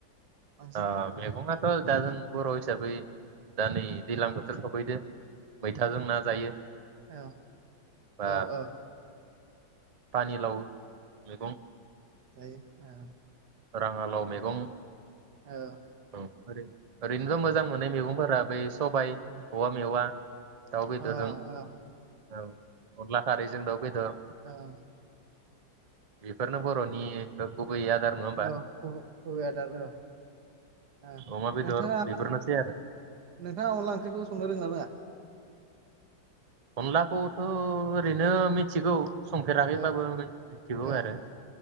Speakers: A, on the right; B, on the right.
A: बांसिन
B: ओ मेगङाथ' दा जों बर' हिसाबै दा नै दैज्लां बोथोर सौफैदो मैथाजों ना जायो।
A: औ
B: बा
A: औ औ।
B: पानिलाव मेगं।
A: जायो ओ।
B: राङालाव मैगं
A: औ
B: ओै ओरैनोथ' मोजां मोननाय मैगंफोर फ्राबो सबाइ
A: ओ
B: औवा मेवा। दाउ बेदरजों
A: ओ ओ
B: औ अनला खारैजों दाउ बेदर।
A: ओ
B: बेफोरनो बर'नि गुबै आदार नङा।
A: औ गुबै आदार औ ओ
B: अमा बेदर
A: नोंथाङा
B: बेफोरनोसै
A: नोंथाङा
B: आरो
A: अनला ओंख्रिखौ संनो रोंङोना रोङा।
B: अनलाखौथ' ओरैनो मिथिगौ। संफेराखैबाबो
A: औ
B: मिथिगौ
A: औ
B: आरो